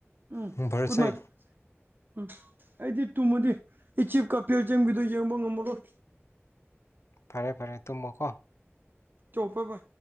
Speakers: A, on the right; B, on the left.
A: ꯎꯝ
B: ꯃꯪꯐꯔꯁꯦ
A: ꯒꯨꯗ ꯅꯥꯏꯠ ꯎꯝ ꯑꯩꯗꯤ ꯇꯨꯝꯃꯗꯤ ꯏꯖꯤꯄꯀ ꯕꯦꯜꯒꯄꯒꯤꯗꯣ ꯌꯦꯡꯕ ꯉꯝꯃꯔꯣꯏ
B: ꯐꯔꯦ ꯐꯔꯦ ꯇꯨꯝꯃꯣꯀꯣ
A: ꯆꯣꯞꯄ ꯄ